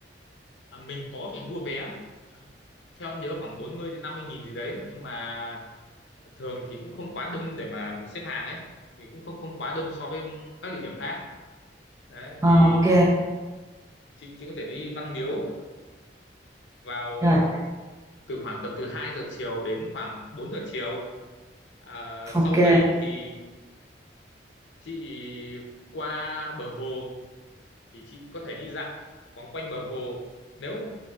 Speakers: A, on the left (about 80°); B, on the right (about 20°).
A: à, mình có phải mua vé À, theo em nhớ khoảng 40 đến 50 nghìn gì đấy nhưng mà thường thì cũng không quá đông để mà phải xếp hàng ấy thì cũng không không quá đông so với các địa điểm khác đấy
B: Ờ,
A: thì
B: ok
A: chị chị có thể đi Văn Miếu vào
B: rồi
A: từ khoảng tầm từ 2 giờ chiều đến khoảng bốn giờ chiều à, sau
B: ok
A: đấy thì chị qua bờ hồ thì chị có thể đi dạo vòng quanh bờ hồ nếu